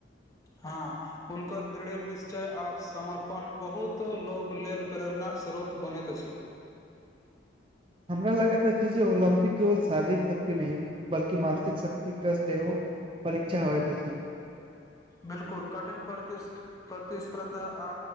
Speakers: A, on the left; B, on the right.
A: हँ हुनकर दृढ़ निश्चय आ समर्पण बहुत लोक लेल प्रेरणा स्रोत बनैत अछि
B: हमरा लागैत अछि जे ओलम्पिक केवल शारीरिक शक्ति नहि बल्कि मानसिक शक्तिके सेहो परीक्षा होइत अछि
A: बिलकुल कठिन प्रति प्रतिस्पर्धा आ